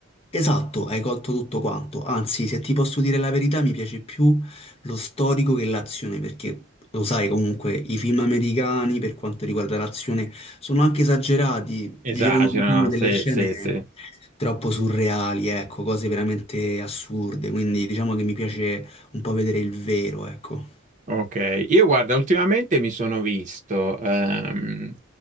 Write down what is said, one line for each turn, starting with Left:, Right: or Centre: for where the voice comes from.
Left: Esatto, hai colto tutto quanto. Anzi, se ti posso dire la verità, mi piace più lo storico che l'azione, perché lo sai comunque, i film americani per quanto riguarda l'azione sono anche esagerati,
Right: Esagera,
Left: girano diciamo,
Right: sì,
Left: delle scene
Right: sì, sì.
Left: troppo surreali, ecco, cose veramente assurde, quindi diciamo che mi piace un po' vedere il vero, ecco.
Right: Ok, io guarda, ultimamente mi sono visto ehm,